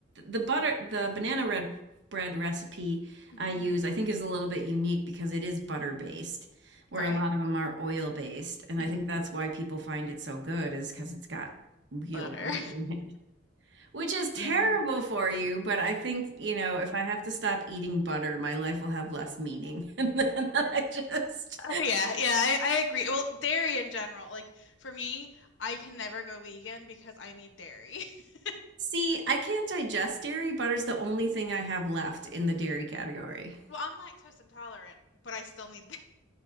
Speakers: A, on the right (about 60°); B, on the left (about 65°).
A: the butter the banana red bread recipe
B: hmm
A: i use i think is a little bit unique because it is butter based where
B: Right.
A: a lot of them are oil based and
B: hmm
A: i think that's why people find it so good is because it's got real
B: Butter.
A: butter in it which is terrible
B: Yum. <laughs>
A: for you but i think you know if i have to stop eating butter my life will have less meaning <laughs> and then i just
B: Oh yeah, yeah, I, I agree. Well, dairy in general, like for me, I can never go vegan because I need dairy. <laughs>
A: See, I can't digest dairy. Butter's the only thing I have left
B: Really?
A: in the dairy category.
B: Well, I'm lactose intolerant, but I still need